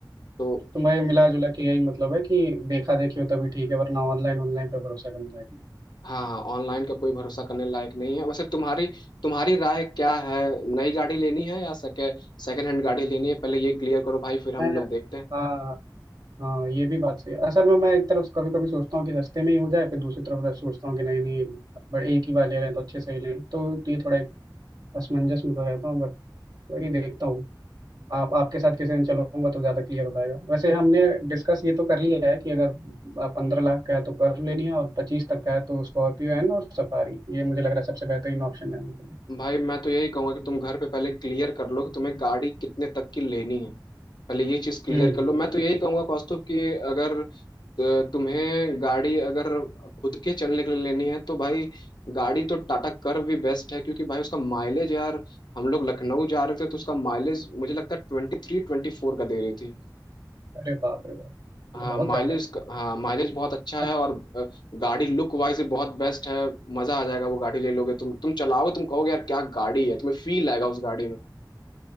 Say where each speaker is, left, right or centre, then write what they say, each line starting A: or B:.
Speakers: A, on the left (about 70°); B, on the right (about 60°).
A: तो
B: तो भाई मिला जुला के यही मतलब है कि देखा देखी हो तभी ठीक है वरना ऑनलाइन ऑनलाइन पे भरोसा करना है
A: हाँ हाँ ऑनलाइन का कोई भरोसा करने लायक नहीं है वैसे तुम्हारी तुम्हारी राय क्या है नई गाड़ी लेनी है या सेकेंड सेकेंड हैंड गाड़ी लेनी है पहले ये क्लियर करो भाई फिर हम
B: मैं
A: लोग देखते हैं
B: हाँ हाँ ये भी बात सही है असल में मैं एक तरफ कभी कभी सोचता हूँ कि सस्ते में ही हो जाए फिर दूसरी तरफ सोचता हूँ कि नहीं नहीं बट एक ही बार ले रहे हैं तो अच्छे से ही लें तो ये थोड़ा एक असमंजस में तो रहता हूँ बट वही देखता हूँ आप आपके साथ किसी दिन चलूंगा तो ज़्यादा क्लियर हो पाएगा वैसे हमने डिस्कस ये तो कर लिया है कि अगर पंद्रह लाख का है तो कर लेनी है और पच्चीस तक का है तो स्कॉर्पियो एन और सफारी ये मुझे लग रहा है सबसे बेहतरीन ऑप्शन है अभी के लिए
A: भाई मैं तो यही कहूंगा कि तुम घर पे पहले क्लियर कर लो कि तुम्हें गाड़ी कितने तक की लेनी है पहले ये चीज क्लियर
B: हम्म
A: कर लो मैं तो यही कहूंगा कौस्तुभ कि अगर अ, तुम्हें गाड़ी अगर खुद के चलने के लिए लेनी है तो भाई गाड़ी तो टाटा कर्व भी बेस्ट है क्योंकि भाई उसका माइलेज यार हम लोग लखनऊ जा रहे थे तो उसका माइलेज मुझे लगता है ट्वेंटी थ्री ट्वेंटी फोर का दे रही थी
B: अरे बाप रे बाप
A: हाँ
B: ये तो बहुत
A: माइलेज
B: ज्यादा है
A: हाँ माइलेज बहुत अच्छा
B: अच-
A: है और अ, गाड़ी लुक वाइज भी बहुत बेस्ट है मजा आ जाएगा वो गाड़ी ले लोगे तुम तुम चलाओगे तुम कहोगे यार क्या गाड़ी है तुम्हें फील आएगा उस गाड़ी में